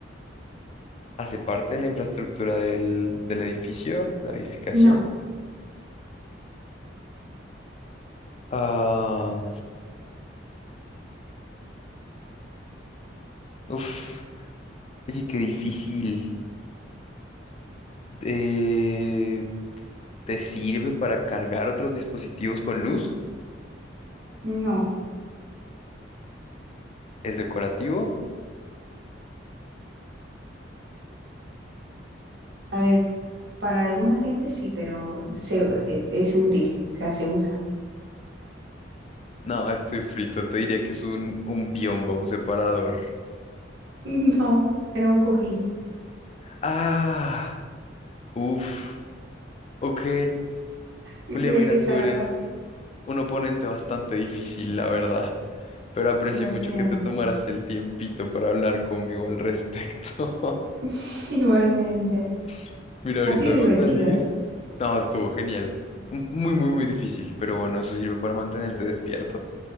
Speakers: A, on the left; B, on the right.
A: ¿Hace parte de la infraestructura del, del edificio, la edificación?
B: no,
A: Ah, uf, oye, qué difícil. Eh, ¿te sirve para cargar otros dispositivos con luz?
B: no.
A: ¿Es decorativo?
B: A ver, para alguna gente sí, pero se- eh, es útil, o sea, se usa.
A: No, estoy frito. Te diría que es un, un biombo, un separador.
B: <laughs> No, era un cojín.
A: Ah. Uf, ok.
B: Yo
A: Julia,
B: creía
A: mira,
B: que esa
A: tú
B: era
A: eres
B: fácil.
A: un oponente bastante difícil, la verdad, pero aprecio
B: Lo
A: mucho
B: siento.
A: que te tomaras el tiempito para hablar conmigo al respecto.
B: <laughs> Igualmente.
A: <laughs> Mira, ahorita
B: Ha sido
A: debo
B: divertido,
A: salir.
B: ¿eh?
A: No, estuvo genial. M- Muy, muy, muy difícil, pero bueno, eso sirve para mantenerse despierto.